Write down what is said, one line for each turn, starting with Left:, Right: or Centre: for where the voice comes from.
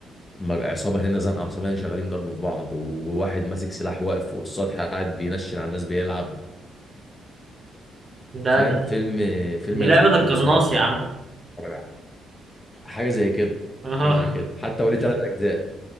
Left: مج- عصابه هنا زنقه عصابه هنا شغالين ضرب في بعض وواحد ماسك سلاح واقف فوق السطح قاعد بينشن على الناس بيلعب
Right: ده
Left: فاهم
Right: ده
Left: فيلم فيلم
Right: دي
Left: لذيذ
Right: لعبة
Left: قوي
Right: القناص
Left: بصراحه
Right: يا
Left: يعني
Right: عم
Left: اتفرج عليه. حاجه زي كده
Right: اه
Left: حاجه زي كده حتى وليه ثلاث اجزاء